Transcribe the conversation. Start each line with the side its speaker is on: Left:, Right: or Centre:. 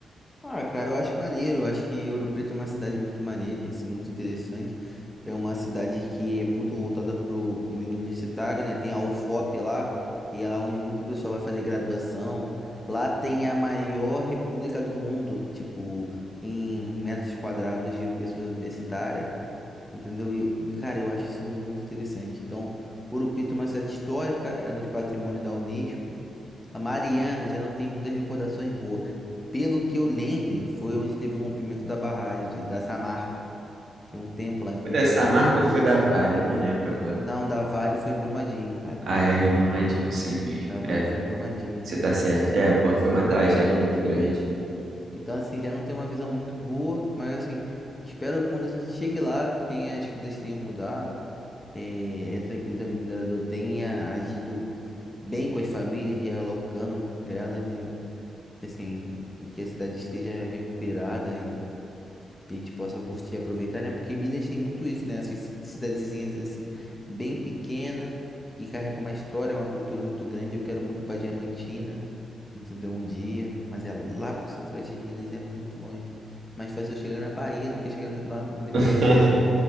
Left: Ah, cara, eu acho maneiro. Eu acho que Ouro Preto é uma cidade muito maneira e assim, muito interessante. É uma cidade que é muito voltada pro, pro meio universitário, né? Tem a UFOP lá, e é lá onde muito pessoal vai fazer graduação. Lá tem a maior república do mundo, tipo, em metros quadrados de pessoas universitárias, entendeu? E, eu- e, cara, eu acho isso muito interessante. Então, Ouro Preto é uma cidade histórica, é nos patrimônios da Unesco. A Mariana já não tem muitas recordações boas. Pelo que eu lembre, foi onde teve o rompimento da barragem de- da Samarco. Tem um tempo lá, em torno
Right: Foi dessa
Left: de 2018.
Right: marca ou foi da Vale? Não lembro agora.
Left: Não, da Vale foi em Brumadinho, cara.
Right: Ah, é, em Brumadinho, isso aí mesmo.
Left: Da Vale
Right: É,
Left: foi em Brumadinho.
Right: você tá certo. É,
Left: E-
Right: pô,
Left: Então,
Right: foi uma tragédia muito grande.
Left: então, assim, já não tem uma visão muito boa, mas assim, espero que quando a gente chegue lá, tenha, as coisas tenham mudado, eh, essa empresa mineradora tenha agido bem com as famílias, realocando elas, em, assim, e que a cidade esteja recuperada e que a gente possa curtir e aproveitar, né? Porque Minas tem muito isso, né? Essas ci- cidadezinhas assim, bem pequena, que carrega uma história, uma cultura muito grande. Eu quero muito para Diamantina, entendeu? Um dia, mas é lá pro centro-oeste de Minas e é muito longe. Mais fácil eu chegar na Bahia do que chegar no- lá no- depois.
Right: <laughs>